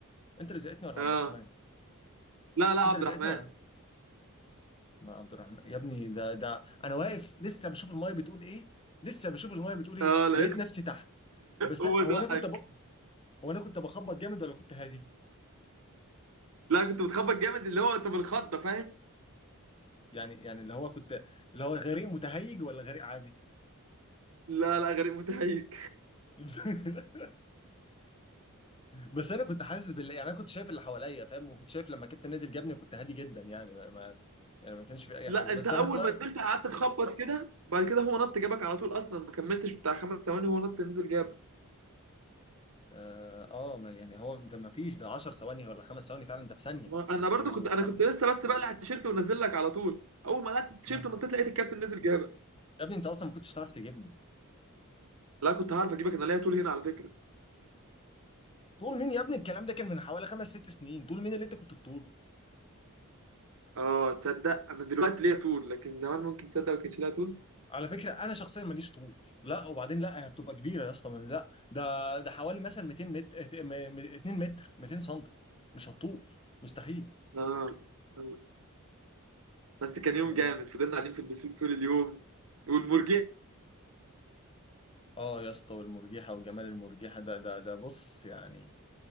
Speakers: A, on the left; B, on the right.
A: انت اللي زقتني ولا
B: اه
A: عبد الرحمن
B: لا لا عبد
A: انت اللي
B: الرحمن
A: زقتني ولا ما عبد الرحمن يا ابني ده ده انا واقف لسه بشوف المايه بتقول ايه لسه بشوف المايه بتقول ايه
B: اه لقيت
A: لقيت نفسي تحت بس
B: هو
A: هو
B: دقك
A: انا كنت ب... هو انا كنت بخبط جامد ولا كنت هادي
B: لا كنت بتخبط جامد اللي هو انت بالخضه فاهم
A: يعني يعني اللي هو كنت اللي هو غريق متهيج ولا غريق عادي
B: لا لا غريب متهيج
A: <laughs> بس انا كنت حاسس بال يعني انا كنت شايف اللي حواليا فاهم وكنت شايف لما كنت نازل جبني كنت هادي جدا يعني ما... ما- يعني ما كانش في اي
B: لا
A: حاجه بس
B: انت اول
A: انا طلعت
B: ما نزلت قعدت تخبط كده بعد كده هو نط جابك على طول اصلا ما كملتش بتاع خمس ثواني هو نط نزل جابك
A: اه آه، ما- يعني هو ده ما فيش ده 10 ثواني ولا خمس ثواني فعلا ده في ثانيه
B: ما- انا برضو
A: وحر
B: كنت انا كنت لسه بس بقلع التيشيرت ونزل لك على طول اول ما قلعت التيشيرت
A: مم.
B: ونطيت لقيت الكابتن نزل جابك
A: يا ابني انت اصلا ما كنتش تعرف تجيبني
B: لا كنت هعرف اجيبك انا ليا طول هنا على فكره
A: طول مين يا ابني الكلام ده كان من حوالي خمس ست سنين طول مين اللي انت كنت بتطوله
B: اه تصدق انا دلوقتي ليا طول لكن زمان ممكن تصدق ما كانش ليا طول
A: على فكره انا شخصيا ماليش طول لا وبعدين لا هي بتبقى كبيره يا اسطى ما- لا ده ده حوالي مثلا 200 متر 2 متر 200 سم مش هتطول مستحيل
B: اه آه. بس كان يوم
A: يعني
B: جامد فضلنا قاعدين في البسيك طول اليوم والمرجية
A: اه يا اسطى والمرجحه وجمال المرجحه ده ده ده بص يعني